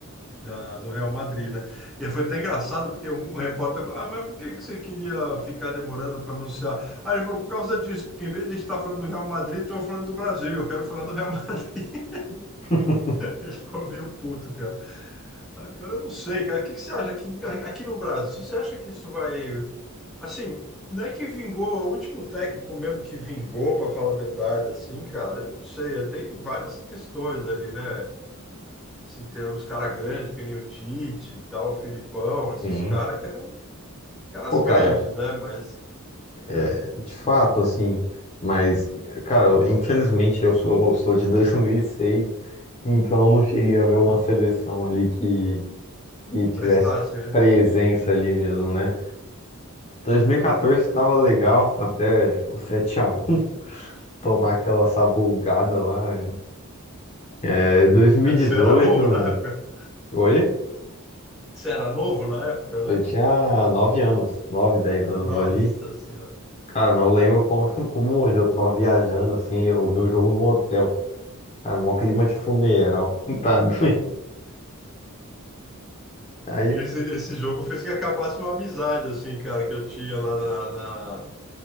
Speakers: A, in the centre; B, on the left.
A: da- do Real Madrid, né? E aí foi até engraçado, porque um um repórter falou: Ah, mas por que que você queria ficar demorando para anunciar? Ah, ele falou: Por causa disso, porque em vez de estar falando do Real Madrid, estou falando do Brasil, eu quero falar do Real <laughs> Madrid.
B: <laughs>
A: Ele ficou meio puto, cara. Agora eu não sei, cara. O que que você acha aqui, aqui no Brasil? Você acha que isso vai. Assim, não é que vingou, é o último técnico mesmo que vingou, para falar a verdade, assim, cara. Eu não sei, tem várias questões ali, né? Assim, tem uns caras grandes, que nem o Tite e tal, o Filipão, esses
B: Sim.
A: caras que eram caras
B: Pô,
A: grandes,
B: cara,
A: né? Mas
B: É,
A: é,
B: De fato, assim, mas, cara, infelizmente eu sou, eu sou de <laughs> 2006, então eu não cheguei a ver
A: uhum,
B: uma seleção ali que, que tivesse
A: prestassem, né?
B: presença ali mesmo, né? 2014
A: Uhum.
B: estava legal, até o sete a um <laughs> tomar aquela sabugada lá. É, 2018,
A: É, você era novo na época?
B: oi?
A: Você era novo na época,
B: Eu
A: né?
B: tinha 9 anos, nove dez anos
A: Nossa
B: ali.
A: Senhora.
B: Cara, mas eu lembro como, <laughs> como hoje eu tava viajando, assim, eu vi um jogo no hotel. Cara, mó clima
A: Uhum.
B: de funeral. <laughs> Tá doido. Aí,
A: Esse, esse jogo fez que acabasse uma amizade, assim, cara, que eu tinha lá na,